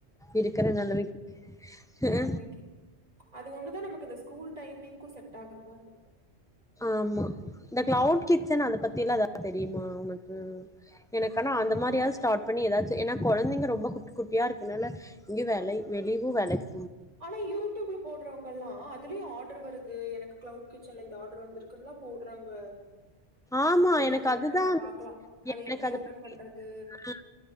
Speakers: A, in the centre; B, on the right.
A: இருக்கற நெலமைக்கு
B: நெலமைக்கு
A: ஆ
B: அது ஒண்ணு தான் நமக்கு இந்த ஸ்கூல் டைமிங்கும் செட் வேகர மாரி இருக்கும்
A: ஆமா இந்த கிளவுட் கிச்சன் அத பத்திலா எதாவது தெரியுமா உனக்கு எனக்குனா அந்த மாரியாது
B: ஆமா
A: ஸ்டார்ட் பண்ணி ஏதாச் ஏன்னா கொழந்தைங்க ரொம்ப குட்டி குட்டியாக இருக்குதுனால எங்கேயே வேல வெளியவும் வேலைக்
B: ஆனா யூடியூப்ல போடுறவங்க எல்லாம் அத் குல ஆட் வருது எனக்கு கிளவுட் கிச்சன்ல இந்த ஆர்டர் வந்திருக்குலா போடுறாங்க
A: ஆமா
B: மேபி
A: எனக்கு
B: அதுல வேணா
A: அதுதா
B: நம்ம பாக்கலா அது
A: எனக்கு
B: எப்படி
A: அத
B: ஓபன்
A: பத்தி
B: பண்றது
A: அ